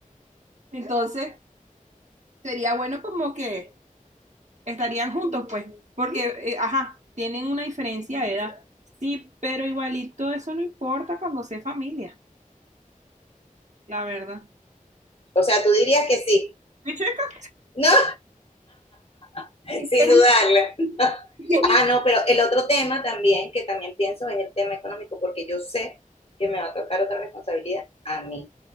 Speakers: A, on the right; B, on the left.
A: entonces sería bueno como que estarían juntos, pues, porque, eh, ajá, tienen una diferencia de edad. Sí, pero igualito eso no importa cuando sea familia, la verdad.
B: O sea, tú dirías que sí.
A: Mi chica,
B: No, <laughs> sin
A: el-
B: dudarlo.
A: el
B: Ah,
A: niño-
B: no, pero el otro tema también, que también pienso, es el tema económico, porque yo sé que me va a tocar otra responsabilidad a mí.